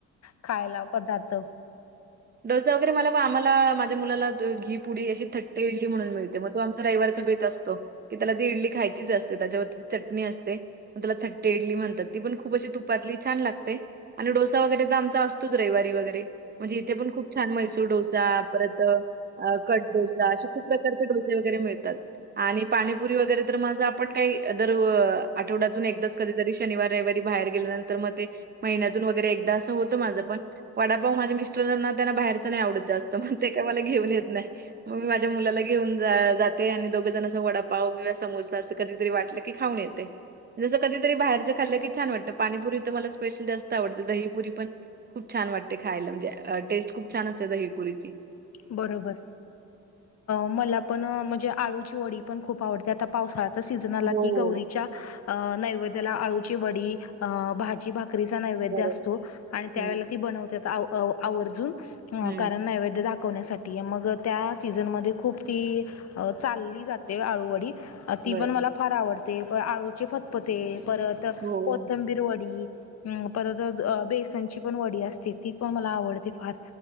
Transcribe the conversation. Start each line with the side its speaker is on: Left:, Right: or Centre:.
Left: खायला पदार्थ.
Right: डोसा वगैरे मला आम्हाला माझ्या मुला घी पुडी अशी थट्टी इडली म्हणून मिळते मग त रविवारचा भेट असतो की त्याला ती इडली खायचीच असते त्याच्यावरती ती चटणी असते तला थट्टे इडली म्हणतात ती पण खूप अशी तुपातली छान लाते आणि डोसा वगैरे आमचा असतोच रविवारी वगैरे म्हणजे इथे पण खूप छान मैसूर डोसा परत अ कट डोसा असे खूप प्रकारचे डोसे वगैरे मिळतात आणि पाणीपुरी वगैरे तर माझं आपण काही जर आठवड्यातून एकदाच कधी शनि रविवारी बाहेर गेल्यानंतर मग ते मन्याूनर होत माझ पण वडापाव माझ्या मिस्टरना त्यांना बाहेरच नाही आवडत जास्त मण ते काय मला घेऊन येत नाही मग मी माझ्या मुलाला घेऊन जाते आणि दोघ जण अस वडापाव किंवा समोसा असं कधीतरी वाटलं की खाऊन येते जसं कधीतरी बाहेर खल्लं की छान वाटत पाणीपरी तर मला स्पेशल जास्त आवडते दहीपुरी पण खूप छान वाटते खायला म्हणजे टेस्ट खूप छान असते दहीप पुरीची
Left: बरोबर मला पण म्हणजे आळूची वडी पण खूप आवडते आता पावसाळचा सीझन आला
Right: हो,
Left: की गौरीच्या अ नैवेद्याला आळूची बडी अ भाजी भा कचा नैवेद्य
Right: बरोबर.
Left: असतो आणि त्यावेला
Right: हं,
Left: ती बनवत आवर्जून ह
Right: हं.
Left: कारण नैवेद टाकवण्यासाठी मग त्या सीझनमध्ये खूप ती चालली जाते आळूवडी ती
Right: बरोबर.
Left: पण मला फार आवडते प आळूचे फतपते परत
Right: हो.
Left: कोथमबी रोडी अ परत बेसनची पण वडी असते ती पण मला आवडते फार